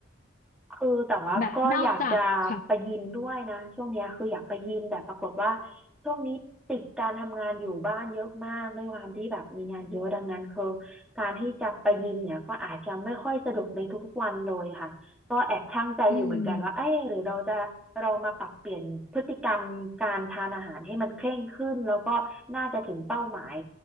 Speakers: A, in the centre; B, on the left.
A: คือแต่ว่าก็อยากจะไปยิมด้วยนะช่วงเนี้ยคืออยากไปยิมแต่ปรากฏว่า
B: แบบนอกจากค่ะ
A: ช่วงนี้ติดการทำงานอยู่บ้านเยอะมากด้วยความที่แบบมีงานเยอะดังนั้นคือการที่จะไปยิมเนี่ยก็อาจจะไม่ค่อยสะดวกในทุกๆวันเลยค่ะก็แอบชั่งใจอยู่เหมือนกันว่าเอ๊ะหรือเราจะลองมาปรับเปลี่ยนพฤติกรรมการทานอาหารให้มันเคร่งขึ้นแล้วก็น่าจะถึงเป้าหมาย
B: อืม